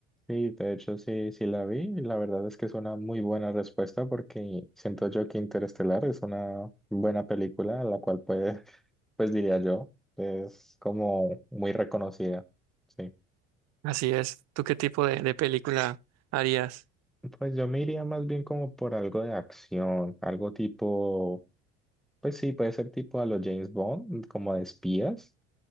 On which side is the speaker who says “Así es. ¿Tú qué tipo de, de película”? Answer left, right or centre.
Right